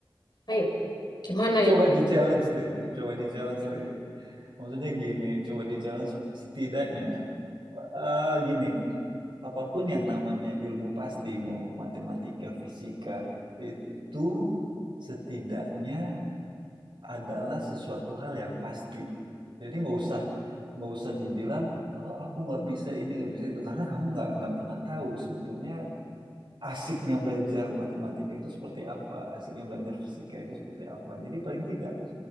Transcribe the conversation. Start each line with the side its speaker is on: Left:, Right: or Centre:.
Left: ayo gimana
Right: Coba
Left: yuk
Right: di challenge deh, coba di challenge deh. Maksudnya gini, coba di challenge setidaknya eh, gini, apapun yang namanya ilmu pasti, mau matematika, fisika, itu setidaknya adalah sesuatu hal yang pasti. Jadi nggak usah nggak usah dibilang oh aku nggak bisa ini nggak bisa itu karena kamu nggak nggak pernah tahu sebetulnya asiknya belajar matematika itu seperti apa, asiknya belajar fisika itu seperti apa. Jadi paling tidak